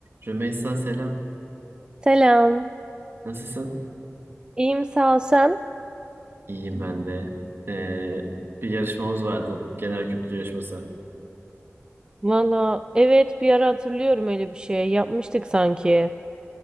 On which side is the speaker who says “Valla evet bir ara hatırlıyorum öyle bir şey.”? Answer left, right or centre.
Right